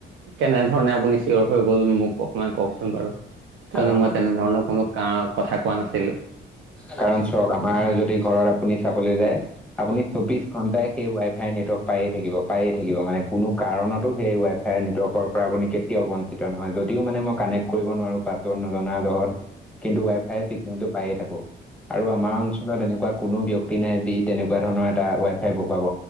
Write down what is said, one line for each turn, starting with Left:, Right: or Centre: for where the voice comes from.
Right: কেনে ধৰণে আপুনি চিয়ৰ হৈ গ'ল মোক অকমান কওকচোন বাৰু? কিয়নো
Centre: কাৰণ
Right: মই
Centre: আপুনি
Right: তেনেধৰণৰ
Centre: যদি
Right: কোনো কাৰ কথা কোৱা নাছিলো।
Centre: কাৰণ চওক, আমাৰ যদি ঘৰত আপুনি চাবলৈ যায়, আপুনি চৌবিশ ঘন্টাই সেই ৱাই ফাই নেটৱৰ্ক পাইয়ে থাকিব, পায়েই থাকিব, মানে কোনো কাৰণতো সেই ৱাই-ফাই নেটৱৰ্কৰ পৰা আপুনি কে- টিৱাও বঞ্চিত নহয়। যদিও মানে মই কানেক্ট কৰিব নোৱাৰো পাছৱৰ্ড নজনা জহত কিন্তু ৱাই-ফাই চিগনেলটো পাইয়ে থাকো। আৰু আমাৰ অঞ্চলত এনেকুৱা কোনো ব্যক্তি নাই, যি তেনেকুৱা ধৰণৰ এটা ৱাই ফাই বহুৱাব।